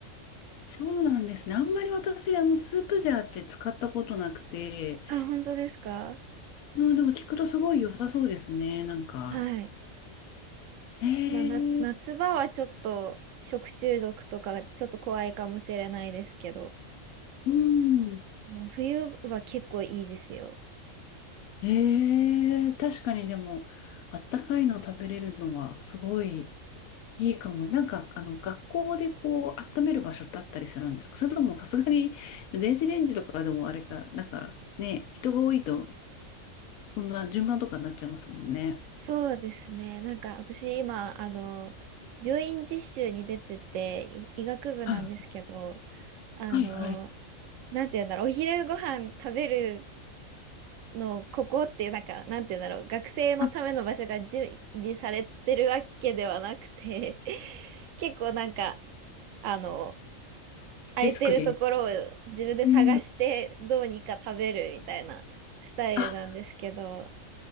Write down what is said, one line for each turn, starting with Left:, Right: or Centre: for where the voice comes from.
Left: そうなんですね。あんまり私、あの、スープジャーって使ったことなくて、
Right: あ、本当ですか
Left: うん、でも聞くとすごい良さそうですね、なんか。
Right: はい。
Left: へ
Right: まあ、な、夏場はちょっと食中毒とかちょっと怖いかもしれないですけど、
Left: え、うん。
Right: うん、冬は結構いいですよ。
Left: へえ、確かにでも、あったかいの食べれるのはすごいいいかも。なんか、あの、学校でこう、温める場所ってあったりするんですかそれともさすがに、電子レンジとかでもあれか、なんかね、人が多いと、そんな順番とかになっちゃいますもんね。
Right: そうですね。なんか私今、あの、病院実習に出てて、い医学部なんですけど、
Left: はい、
Right: あの、
Left: はい、はい。
Right: なんて言うんだろう、お昼ご飯食べるのここっていうなんかなんて言うんだろう学生のための場所が準備されてるわけではなくて
Left: あ
Right: <laughs> 結構なんかあの空いてるところを自分で探してどうにか食べるみたいなスタイルなんですけど
Left: デスクで。うん。あ、